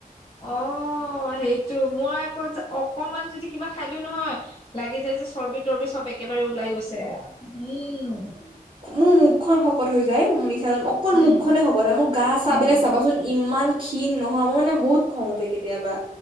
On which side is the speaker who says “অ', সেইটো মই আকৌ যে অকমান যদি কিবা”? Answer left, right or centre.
Left